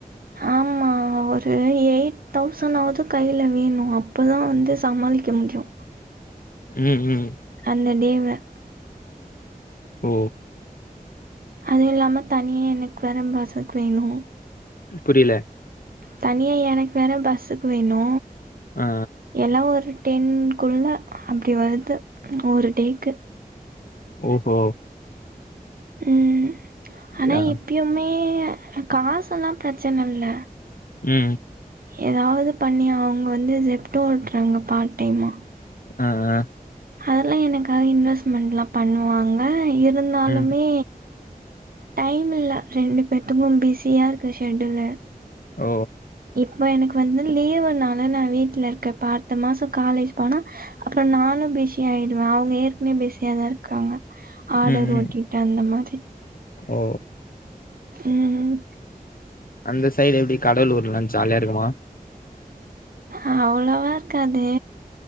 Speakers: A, on the right (about 70°); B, on the left (about 65°).
A: ஆமா ஒரு எயிட் தௌசண்னாவது கையில வேணு அப்பதா வந்து சமாளிக்க முடியு
B: ம் ம்
A: அந்த டேவே
B: ஓ
A: அது இல்லாம தனியே எனக்கு வேர பஸ்சுக் வேணு
B: புரில
A: தனியா எனக்கு வேற பஸ்சுக் வேணு
B: ஆ
A: எல்லா ஒரு டென்குள்ள அப்டி வருது ஒரு டேக்கு
B: ஓஹோ
A: ம்
B: அப்டியா
A: ஆனா இப்பியுமே காசெல்லா பிரச்சனல்ல
B: ம்
A: எதாவது பண்ணி அவங்க வந்து ஜெப்டோ ஓட்றாங்க பார்ட் டைமா
B: ஆ ஆ
A: அதெல்லா எனக்காக இன்வெஸ்ட்மெண்ட்லா பண்ணுவாங்க இருந்தாலுமே
B: ம்
A: டைம் இல்ல ரெண்டு பேத்துக்கு பிஸியா இருக்கு ஷெடூல்லு
B: ஓ
A: இப்போ எனக்கு வந்து லீவுனால நா வீட்ல இருக்கே இப்ப அடுத்த மாச காலேஜ் போனா அப்பற நானு பீச் பிஸி ஆயிடுவ அவங்க ஏற்கனவே பிஸியாதா இருக்காங்க ஆடர்
B: ம் ம்
A: ஓட்டிட்டு அந்த மாரி
B: ஓ
A: ம் ம்
B: அந்த சைடு எப்பிடி கடலூர்லா ஜாலியா இருக்குமா
A: அ அவ்ளோவாருக்காது